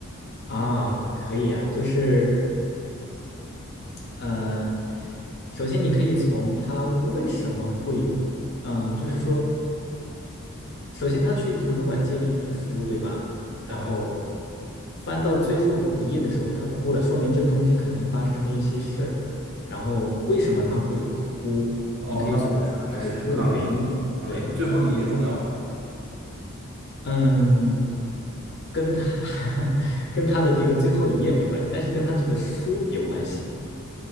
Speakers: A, on the left (about 50°); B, on the right (about 55°).
A: 啊，可以啊，就是呃，首先你可以从她为什么会，嗯、就是说。首先他去图书馆借了一本书，对吧？然后
B: 对啊
A: 翻到最后一页的时候，他哭了，说明这中间肯定发生了一些事儿。然后为什么他会哭？
B: 哦，
A: 你可以从他这个哭的原因，
B: 那我试来试试看吧。OK，
A: 对，
B: 那最后一页重要吗
A: 嗯，跟他 <laughs> 跟他的这个最后一页没关系，但是跟他这个书有关系。